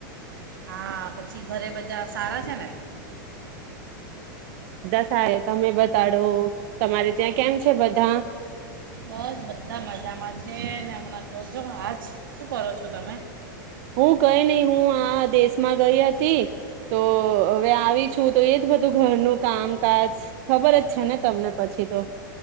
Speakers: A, on the right; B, on the right.
A: હા પછી ઘરે બજાર સારા છે ને.
B: બધા સાહે તમે બતાડો તમારે ત્યાં કેમ છે બધા?
A: બસ બધા મજામાં છે ને હમણાં તોજો આાજ શું કરો છો તમે?
B: હું કઈ નહી હું આ દેશમાં ગઈ હતી તો હવે આવી છું, તો એજ બધું ઘરનું કામકાજ ખબર જ છે ને તમને પછી તો